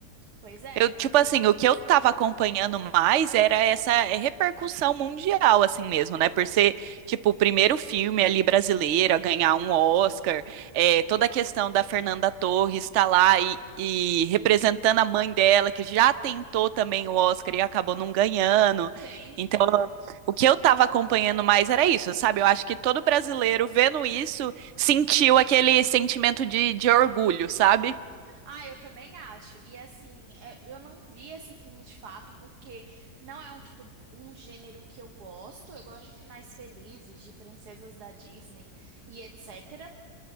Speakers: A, on the right; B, on the right.
A: Pois é.
B: Eu, tipo assim, o que eu tava acompanhando mais era essa é, repercussão mundial, assim mesmo, né? Por ser, tipo, o primeiro filme ali brasileiro a ganhar um Oscar, é, toda a questão da Fernanda Torres estar lá e, e representando a mãe dela, que já tentou também o Oscar e acabou não ganhando.
A: Sim.
B: Então, o que eu tava acompanhando mais era isso, sabe? Eu acho que todo brasileiro vendo isso sentiu aquele sentimento de, de orgulho, sabe?
A: Ah, eu também acho. E assim, é, eu não vi esse filme de fato, porque não é um tipo, um gênero que eu gosto. Eu gosto de finais felizes, de princesas da Disney e etc.